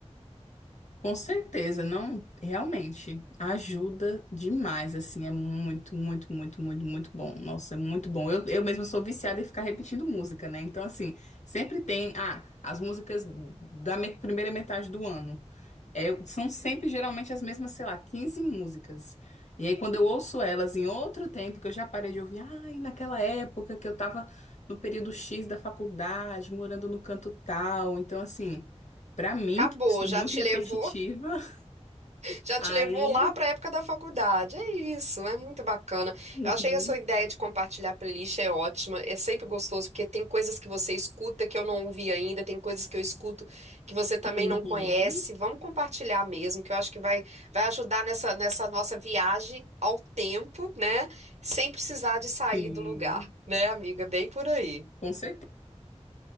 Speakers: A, on the left (about 80°); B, on the right (about 70°).
A: Com certeza, não, realmente ajuda demais, assim, é muito, muito, muito, muito, muito bom. Nossa, é muito bom. Eu, eu mesma sou viciada em ficar repetindo música, né? Então, assim, sempre tem, ah, as músicas da me- primeira metade do ano. É, são sempre geralmente as mesmas, sei lá, 15 músicas. E aí, quando eu ouço elas em outro tempo, que eu já parei de ouvir, ai, naquela época que eu tava no período X da faculdade, morando no canto tal. Então, assim, pra mim,
B: Acabou,
A: que sou
B: já
A: muito
B: te
A: repetitiva,
B: levou
A: <laughs>
B: Já te levou
A: aí.
B: lá para a época da faculdade. É isso, é muito bacana.
A: Uhum,
B: Eu achei que a sua ideia de compartilhar playlist é ótima. É sempre gostoso, porque tem coisas que você escuta que eu não ouvi ainda, tem coisas que eu escuto que você também
A: uhum,
B: não conhece. Vamos compartilhar mesmo, que eu acho que vai, vai ajudar nessa, nessa nossa viagem ao tempo, né? Sem precisar de sair
A: sim,
B: do lugar, né, amiga? Bem por aí.
A: com certeza.